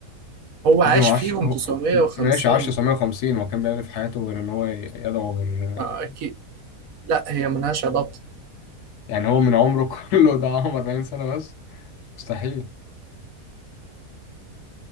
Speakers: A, on the right; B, on the left.
A: هو عاش
B: يا ابني هو
A: فيهم
B: عاش هو
A: تسعمية وخمسين
B: ماشي عاش 950 هو كان بيعمل إيه في حياته غير ان هو يدعو غير
A: آه، أكيد لا هي ملهاش علاقة
B: يعني هو من عمره <laughs> كله ده عمر 40 سنة بس مستحيل